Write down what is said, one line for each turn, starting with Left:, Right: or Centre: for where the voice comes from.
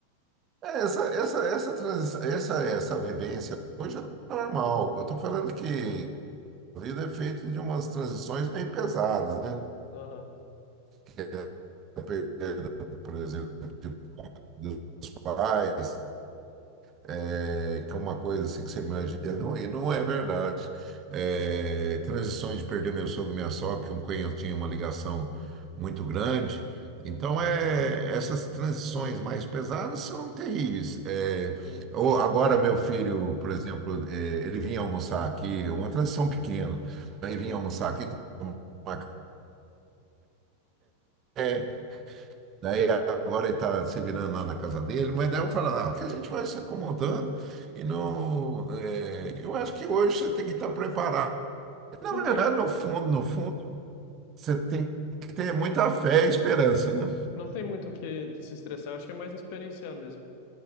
Right: é, essa, essa, essa, trans- essa, essa vivência hoje é normal. Eu estou falando que a vida é feita de umas transições meio pesadas, né?
Left: Aham,
Right: Que é a perda, por exemplo, de- dos pais, é, que é uma coisa assim que você imagina, e não, e não é verdade. É, transições de perder meu sogro e minha sogra, que um eu tinha uma ligação muito grande. Então, é, essas transições mais pesadas são terríveis. É,
Left: sim,
Right: ou agora, meu filho, por exemplo, é, ele vinha almoçar aqui, uma transição pequena, ele vinha
Left: sim.
Right: almoçar aqui, tomar café, Daí agora ele está se virando lá na casa dele, mas daí eu falo, ah, que a gente vai se acomodando e não. eh, eu acho que hoje você tem que estar preparado. Na
Left: Não
Right: verdade,
Left: tem,
Right: no fundo, no fundo, você tem que ter muita fé e esperança, né?
Left: não tem muito o que, que se estressar, acho que é mais experienciar mesmo.